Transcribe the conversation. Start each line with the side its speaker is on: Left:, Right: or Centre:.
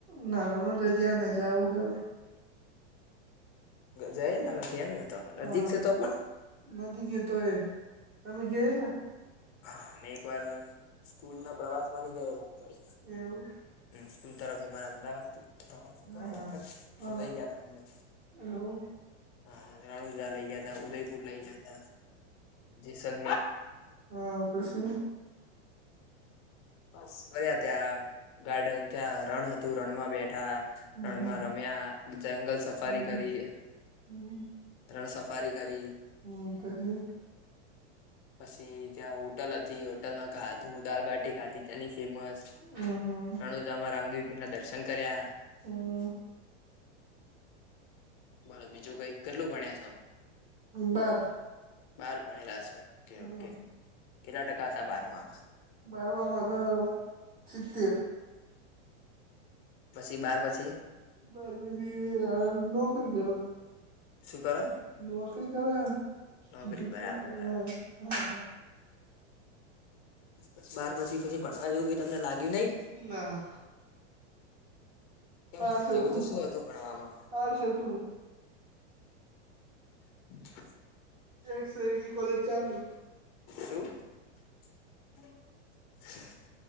Right: ના ના ના રણુજા જ્યાં નહ જ આવું છે હવે
Left: જઈ લ ફી એમ ને તો
Right: હા
Left: નજીક છે તો પણ
Right: નદી ગતો એ તમે ગયાલા
Left: હા એક વાર સ્કૂલ ના પ્રવાસ માંથી ગયેલા. હતા.
Right: એવું
Left: સ્કૂલ તરફ મારા અમદાવાદ થી પ્રવાસ હતો
Right: હા હા
Left: તો લઈ ગયા ત અમે
Right: એવું
Left: હા રણુઝા લઇ ગયા તા ઉદયપુર લઇ ગયા હતા જેસલર
Right: હ પશી
Left: બસ ફર્યા ત્યાં ગાર્ડન ત્યાં રણ હતું રણમાં બેઠા
Right: હમ
Left: રણમાં રમ્યા જંગલ સફારી
Right: હમ
Left: કરી.
Right: <inaudible>
Left: રણ સફારી કરી.
Right: હમ પછી
Left: પછી ત્યાં હોટલ હતી હોટલમાં ખાધું દાલબાટી ખાધી. ત્યાંની ફેમસ
Right: હમ
Left: રણોજામાં રામદેવી પીર ના દર્શન કર્યા.
Right: હમ
Left: બોલો બીજું કઈ કેટલું ભણ્યા છો
Right: બાર
Left: બાર ભણેલા છો. ઓકે
Right: હમ
Left: ઓકે કેટલા ટકા હતા બારમાં
Right: બારવામા તો સીતેર
Left: પછી બાર પછી
Right: બસ પજી નોકરી કરી.
Left: શુ કરો?
Right: નોકરી કરે
Left: નોકરી
Right: કીધું
Left: બરાબર
Right: કે હા
Left: બરાબર બસ બાર પછી પછી ભણવા જેવું કઈ તમને લાગ્યું નહીં.
Right: ના
Left: કેમ
Right: આર્ટ્સ હતું
Left: એવું તો શું ભણવામાં
Right: આર્ટ્સ હતું.
Left: <inaudible>
Right: એક સેગી કોલેજ ચાલુ.
Left: શું <inaudible>